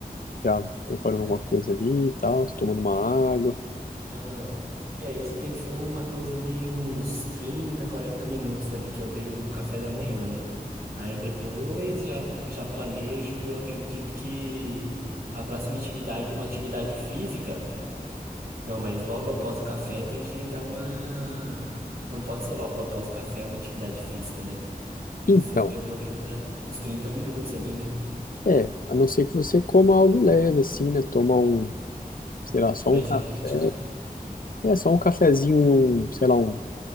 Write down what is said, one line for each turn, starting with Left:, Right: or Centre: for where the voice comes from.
Left: já preparando alguma coisa ali e tal, tomando uma água.
Right: Aham. É, isso tem que ser uma coisa de uns 30 40 minutos ali, que é o período do café da manhã, né? Aí depois já, já planejo, eu acredito que a próxima atividade, uma atividade física. Não, mas logo após o café tem que dar uma. Não pode ser logo após o café uma atividade física, né? Tem
Left: Então,
Right: que ser pelo menos né, uns 30 minutos ali, né?
Left: é, a não ser que você coma algo leve assim, né? Toma um, sei lá, só
Right: Mas
Left: um café.
Right: geralmente café.
Left: É, só um cafezinho e um, sei lá, um